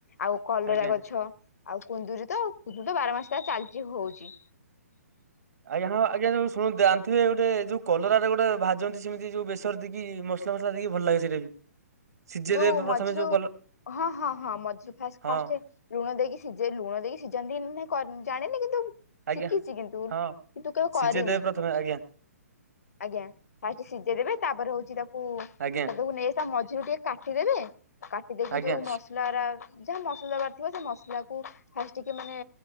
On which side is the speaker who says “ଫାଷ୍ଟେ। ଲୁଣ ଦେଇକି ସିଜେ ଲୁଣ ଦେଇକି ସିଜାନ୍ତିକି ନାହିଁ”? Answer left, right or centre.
Left